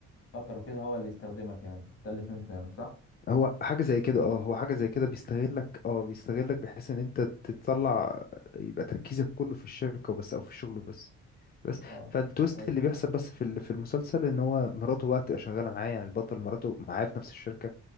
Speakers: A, on the left (about 50°); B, on the left (about 35°).
A: فكر كده هو اللي يستخدمك يعني ده اللي فهمته يعني صح؟
B: هو حاجة زي كده اه هو حاجة زي كده بيستغلك اه بيستغلك بحيث ان انت تطلع يبقى تركيزك كله في الشركة وبس او في الشغل وبس بس
A: اه
B: فالتويست
A: كويس
B: اللي بيحصل بس في ال- في المسلسل ان هو مراته بقى تبقى شغالة معاه يعني البطل مراته معاه في نفس الشركة